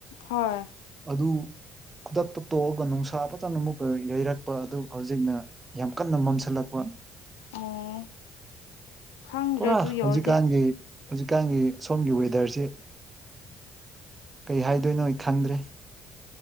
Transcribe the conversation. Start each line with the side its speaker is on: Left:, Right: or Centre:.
Left: ꯍꯣꯏ
Right: ꯑꯗꯨ ꯈꯨꯗꯛꯇ ꯇꯣꯛꯑꯒ ꯅꯨꯡꯁꯥ ꯐꯖꯅ ꯑꯃꯨꯛꯀ ꯌꯩꯔꯛꯄ ꯑꯗꯨ ꯍꯧꯖꯤꯛꯅ ꯌꯥꯝ ꯀꯟꯅ ꯃꯝꯁꯜꯂꯛꯄ
Left: ꯑꯣ ꯈꯪꯗ꯭ꯔꯦ
Right: ꯄꯨꯔꯥ
Left: ꯑꯗꯨ ꯌꯧꯔꯗꯤ
Right: ꯍꯧꯖꯤꯛꯀꯥꯟꯒꯤ ꯍꯧꯖꯤꯛꯀꯥꯟꯒꯤ ꯁꯣꯝꯒꯤ ꯋꯦꯗꯔꯁꯤ ꯀꯩ ꯍꯥꯏꯗꯣꯏꯅꯣ ꯈꯪꯗ꯭ꯔꯦ